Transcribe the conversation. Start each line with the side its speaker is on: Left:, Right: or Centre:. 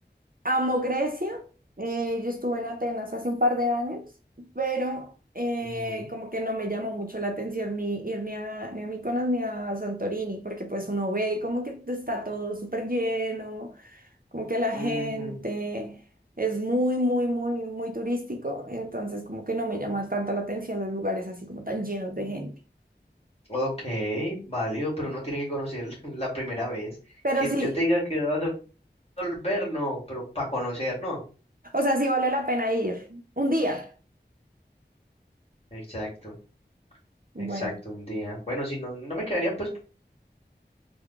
Right: Amo Grecia. eh, yo estuve en Atenas hace un par de años, pero eh,
Left: Ujú,
Right: como que no me llamó mucho la atención ni ir ni a, ni a Mykonos ni a Santorini, porque pues uno ve como que está todo súper lleno, como que la gente
Left: ujú.
Right: es muy, muy, muy, muy turístico, entonces como que no me llama tanto la atención los lugares así como tan llenos de gente.
Left: Ok, válido, pero uno tiene que conocer <laughs> la primera vez.
Right: Pero
Left: Que
Right: sí,
Left: yo te diga que vas a volver, no, pero para conocer, no.
Right: o sea, sí vale la pena ir un día.
Left: Exacto.
Right: Bueno,
Left: Exacto, un día. Bueno, si no, no me quedaría pues